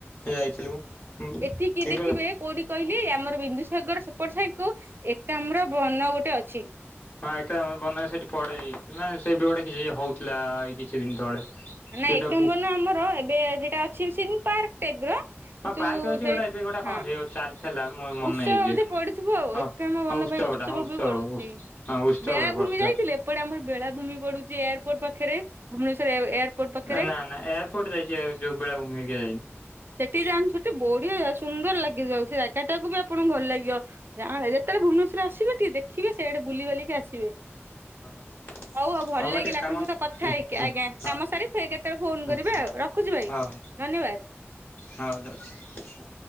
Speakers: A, on the left (about 50°); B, on the right (about 50°).
A: ଯାଇଥିଲୁ। ହୁଁ
B: ଏଠି କିି
A: ତିଙ୍ଗଲ
B: ଦେଖିବେ କୋଉଠି କହିଲେ? ଆମର ବିନ୍ଦୁସାଗର ସେ ଏପଟ ସାଇଟକୁ ଏକାମ୍ର ବନ ଗୋଟେ ଅଛି।
A: ହଁ ଏକ୍ରାମ ବନ ସେଠି ପଡେଇ, ମାନେ ସେ ଏବେ ଗୋଟେ କିଛି ହଉଥିଲା ଏଇ କିଛି ଦିନି ତଳେ? ସେଟା
B: ନାଇ ଏକ୍ରାମ
A: ବୁ
B: ବନ ଆମର ଏବେ ସେଇଟା ଅଛି ସିମି ପାର୍କ ଟାଇପର। କିନ୍ତୁ
A: ହଁ ପାର୍କ ଅଛି
B: ସେଇଠ
A: ଗୋଟେ ଏବେ ଗୋଟେ କଣ
B: ହଁ
A: ହେଇ ଚାଲିଥିଲା ମୋ ମନେ
B: ଉତ୍ସବ
A: ନାହିଁ ଏକ୍ଜାକ୍ଟ
B: ବୋଧେ ପଡିିଥିବ ଆଉ,
A: ହଁ।
B: ଏକ୍ରାମ ବନ
A: ହଁ ଉତ୍ସବଟା
B: ପାଇଁ ଉତ୍ସବ
A: ହଁ
B: ବି ପଡୁଛି।
A: ଉସ୍ ହଁ ଉତ୍ସବରେ
B: ବେଳା
A: ପଡିଥିଲା
B: ଭୂମି ଯାଇଥିଲେ? ଏପଟେ ଆମର ବେଳାଭୂମି ପଡୁଛି ଏୟାରପୋର୍ଟ ପାଖରେ। ଭୁବନେଶ୍ୱର ଏୟାରପୋର୍ଟ ପାଖରେ
A: ନା, ନା ଏୟାରପୋର୍ଟ ଯାଇଛି, ଯୋଉ ବେଳା ଭୂମି ହେକା ଯାଇନି।
B: ସେଠିକି ଯାଆନ୍ତୁ ସେଠି ବଢିଆ ଜାଗା ସୁନ୍ଦର ଲାଗିଯାଉଛି, ସେ ଜାଗାଟାକୁ ବି ଆପଣଙ୍କୁ ଭଲ ଲାଗିବ। ଜା ଯେତେବେଳେ ଭୁବନେଶ୍ୱର ଆସିବେ, ଟିକେ ଦେଖିବେ ସେଆଡେ ବୁଲି ବାଲିକି ଆସିବେ।
A: ହଁ।
B: ହଉ ଆଉ ଭଲ
A: ଆମର
B: ଲାଗିଲା
A: ଟିକେ କାମ
B: ଆପଣଙ୍କ ସହିତ କଥା
A: ହଁ
B: ହେଇକି।
A: ହଁ
B: ଆଜ୍ଞା
A: ହଁ
B: କାମ ସାରିକି ଫେରେ କେତେବେଳେ ଫୋନ
A: ହଁ
B: କରିବେ ଆଉ ରଖୁଛି ଭାଇ।
A: ହଉ
B: ଧନ୍ୟବାଦ।
A: ହଉ ରହୁଛି।